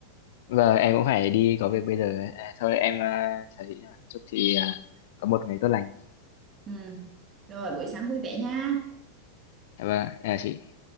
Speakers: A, on the left; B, on the right.
A: vâng em cũng phải đi có việc bây giờ à, thôi em à, chào chị nhá. chúc chị à, có một ngày tốt lành
B: ừ. rồi buổi sáng vui vẻ nha
A: vâng à, chị